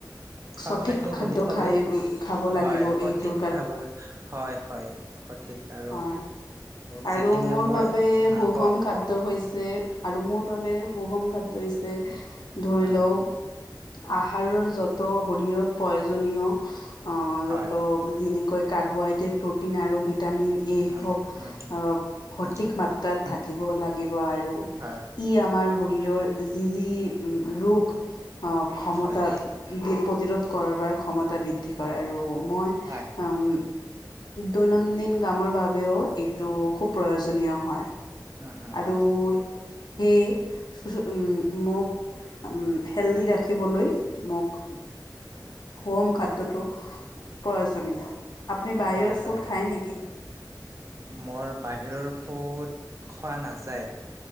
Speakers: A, on the right; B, on the left.
A: খোৱাৰ
B: সঠিক
A: খাদ্য বুলি কলে,
B: খাই খাব
A: হয়
B: লাগিব
A: সঠিক
B: এইটোৰ
A: খাব হয় হয় সঠিক আৰু
B: অ
A: যিখিনি
B: আৰু মোৰ
A: মই
B: বাবে সুষম
A: কওক
B: খাদ্য
A: কওক
B: হৈছে আৰু মোৰ বাবে সুষম খাদ্য হৈছে ধৰি
A: হম
B: লও আহাৰৰ য'ত শৰীৰৰ প্ৰয়োজনীয়, অহ
A: হয়
B: য'ত যেনেকৈ কাৰ্বহাইড্ৰেট, প্ৰটিন আৰু ভি ভিটামিন এ
A: হম
B: হওক,
A: হম হম
B: আ সঠিক
A: হম
B: মাত্ৰাত
A: হম
B: থাকিব লাগিব আৰু।
A: হয়
B: ই আমাৰ শৰীৰৰ যি যি ৰোগ, অহ ক্ষমতা
A: হয়
B: বিপ বিৰোধ কৰাৰ ক্ষমতা বৃদ্ধি কৰা আৰু মই
A: হয়
B: উম দৈনন্দিন গামৰ বাবেও এইটো খুব প্ৰয়োজনীয় হয়।
A: হম হম
B: আৰু
A: হম
B: সেই উম ম উম হেলডি ৰাখিবলৈ মোক সুষম খাদ্যটো প্ৰয়োজনীয়, আপুনি বাহিৰৰ
A: হয় হয়
B: ফুড
A: হয়
B: খায় নেকি?
A: মোৰ বাহিৰৰ ফুড খোৱা নাযায়।